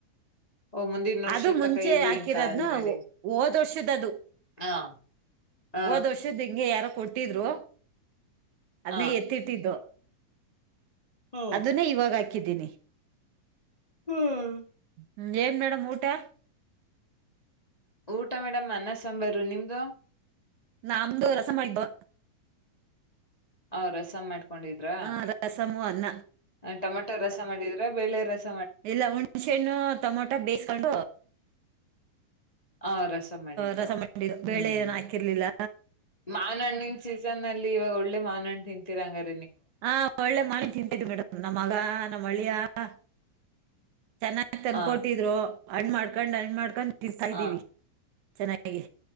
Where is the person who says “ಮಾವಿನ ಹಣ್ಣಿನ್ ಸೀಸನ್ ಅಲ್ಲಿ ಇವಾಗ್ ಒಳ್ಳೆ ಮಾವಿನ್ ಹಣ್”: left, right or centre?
Left